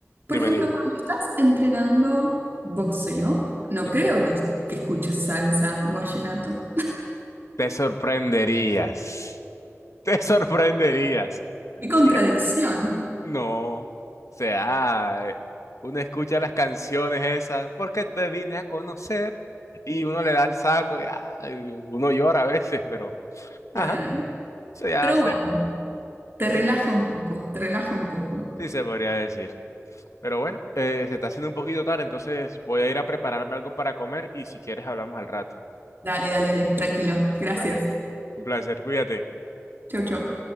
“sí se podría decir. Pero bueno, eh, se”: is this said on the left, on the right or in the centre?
Left